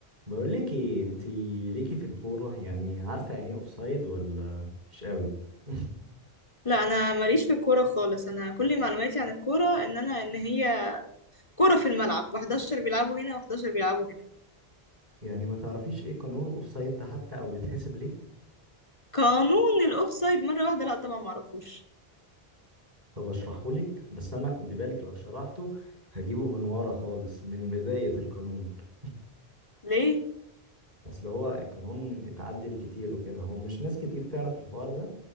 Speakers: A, on the right; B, on the left.
A: بقول لك ايه انت ليكي في الكوره يعني عارفه يعني ايه اوفسايد ولا مش قوي <laughs>
B: لا انا ماليش في الكوره خالص انا كل معلوماتي عن الكوره ان انا ان هي كوره في الملعب و11 بيلعبوا هنا و11 بيلعبوا هنا
A: يعني ما تعرفيش ايه قانون الاوفسايد ده حتى او بيتحسب ليه
B: قانون الاوفسايد مره واحده لا طبعا ما اعرفوش
A: طب اشرحه لك بس انا خدي بالك لو شرحته هجيبه من ورا خالص من بدايه القانون <laughs>
B: ليه
A: اصل هو القانون اتعدل كتير وكده هو مش ناس كتير تعرف الحوار ده